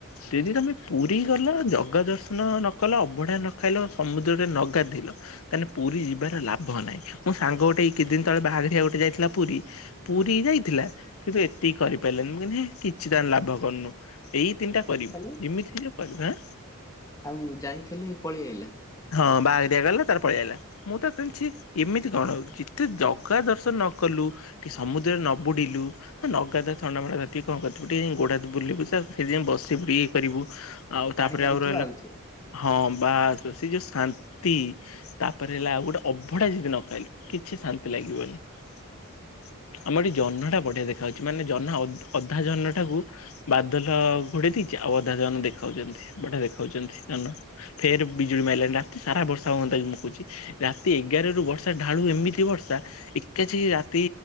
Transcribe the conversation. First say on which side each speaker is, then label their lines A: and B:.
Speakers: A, on the left (about 75°); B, on the left (about 15°).
A: ଯେଦି ତମେ ପୁ ରି ଗଲ ଜଗା ଦର୍ଶନ ନ କଲ। ଅବଢା ନ ଖାଇଲ ସମୁଦ୍ରରେ ନ ଗାଧେଇଲ ତାହାନେ ପୁରି ଯିବାର ଲାଭ ନାହିଁ। ମୋ ସାଙ୍ଗ ଗୋଟେ ଏ କିଛି ଦିନ ତଳେ ବାହାରି <unintelligible> ଗୋଟେ ଯାଇଥିଲା ପୁରି। ପୁରି ଯାଇଥିଲା କିନ୍ତୁ ଏତିକି କରିପାଇଲାନି।
B: ହଁ
A: ମୁଁ କହିଲି ହେଁ କିଛି ତାହାଲେ ଲାଭ କରିନୁ। ଏଇ ତିନିଟା
B: ଯାଇ
A: କରିବୁ
B: ଖାଲି
A: ଯେମିତି ହେଲେ କରିବୁ ଆଁ।
B: ଆଉ ଯାଇଖାଲି ପଳିଆଇଲା।
A: ହଁ ବାହାଘ ଦିଆଗଲା ତାର ପଳିଆଇଲା ମୁଁ ତ କହିଲି ଛି ଇମିତି କଣ ହେଉଛୁ ଯେତେ ଜଗା ଦର୍ଶନ ନ କଲୁ ଟିକେ ସମୁଦ୍ରରେ ନ ବୁଡିଲୁ, ହେଁ ନଗାଧା ଥଣ୍ଡା ମଣ୍ଡା ଏତିକି କଣ କରିିଥିବୁ ଟିକେ ଗୋଡା ବୁଲିବୁ ସେ ବସିବି ଇଏ କରିବୁ ଆଉ
B: ପାଣି
A: ତାପରେ
B: ଯାଉଥିବ
A: ଆଉ ରହିଲା
B: ଆଉଥିବ।
A: ହଁ। ବାସ୍ ସେ ଯୋଉ ଶାନ୍ତି ତାପରେ ହେଲା ଆଉ ଗୋଟେ ଅଭଡା ଯଦି ନ ଖାଇଲୁ କିଛି ଶାନ୍ତି ଲାଗିବନି। <unintelligible> ଆମର ଏ ଜହ୍ନ ଟା ବଢିଆ ଦେଖା ଯାଉଛି ମାନେ ଜହ୍ନ ଅଧା ଜହ୍ନଟା କକୁ ବାଦଲ ଘୋଡେଇ ଦେଇଛି। ଅବଧା ଜନ ଦେଖାଉଛନ୍ତି ଗୋଟେ ଦେଖାଉଛନ୍ତି ଜହ୍ନ। ଫେର ବିଜୁଳି ମାରଲାଣି ରାତି ସାରା ବର୍ଷା ହୁଅନ୍ତା କି ମୁଁ କହୁଛି। ରାତି ଏଗାରରୁ ବର୍ଷା ଢାଳୁ ଏମିତି ବର୍ଷା ଏକାଛି ରାତି